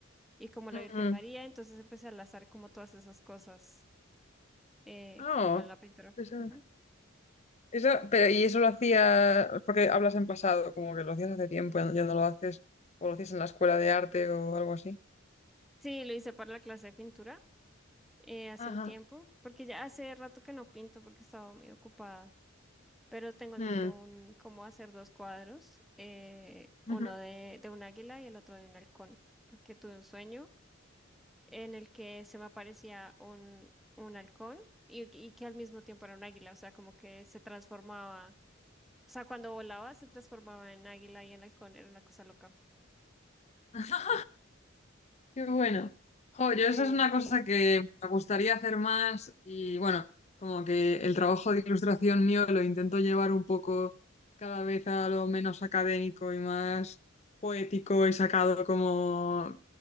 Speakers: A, in the centre; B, on the left.
A: y como
B: ujú.
A: la Virgen María, entonces empecé a enlazar como todas esas cosas eh,
B: Oh,
A: con la pintura.
B: eso,
A: Ujú.
B: eso, pero y eso lo hacía porque hablas en pasado, como que lo hacías hace tiempo, ya, ya no lo haces, o lo hacías en la escuela de arte o algo así.
A: Sí, lo hice para la clase de pintura eh, hace
B: Ajá.
A: un tiempo, porque ya hace rato que no pinto porque estaba muy ocupada, pero tengo en
B: Mm,
A: mente un cómo hacer dos cuadros, eh, uno
B: ujú.
A: de, de un águila y el otro de un halcón, porque tuve un sueño en el que se me aparecía un, un halcón y, y que al mismo tiempo era un águila, o sea, como que se transformaba, o sea, cuando volaba se transformaba en águila y en halcón, era una cosa loca.
B: Oh. Qué bueno. Jo, yo
A: Sí.
B: esa es una cosa que me gustaría hacer más y bueno, como que el trabajo de ilustración mío lo intento llevar un poco cada vez a lo menos académico y más poético y sacado como